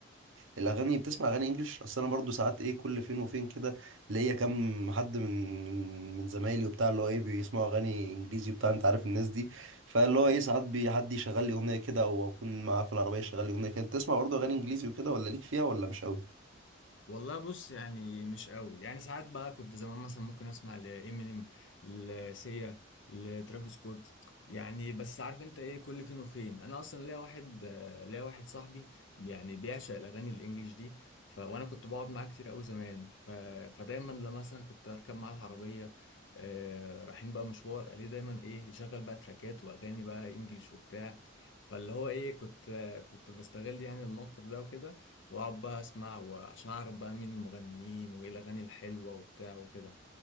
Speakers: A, on the right (about 80°); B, on the left (about 70°).
A: الاغاني بتسمع اغاني انجليش اصل انا برضو ساعات ايه كل فين وفين كده ليا كام حد من من من زمايلي وبتاع اللي هو ايه بيسمعوا اغاني انجليزي وبتاع انت عارف الناس دي فاللي هو ايه ساعات بي- حد يشغل لي اغنيه كده او اكون معاه في العربيه يشغل لي اغنيه كده انت تسمع برضو اغاني انجليزي وكده ولا ليك فيها ولا مش قوي
B: والله بص يعني مش قوي يعني ساعات بقى كنت زمان مثلا ممكن اسمع لامينيم لسيا لترافيس سكوت يعني بس عارف انت ايه كل فين وفين انا اصلا ليا واحد آه، ليا واحد صاحبي يعني بيعشق الاغاني الانجليش دي ف... وانا كنت بقعد معاه كتير قوي زمان ف... فدايما لما مثلا كنت اركب معاه العربيه آه... رايحين بقى مشوار قال لي دايما ايه يشغل بقى تراكات واغاني بقى انجليش وبتاع فاللي هو ايه كنت آه، كنت بستغل يعني الموقف ده وكده واقعد بقى اسمع وعشان اعرف بقى مين المغنيين وايه الاغاني الحلوه وبتاع وكده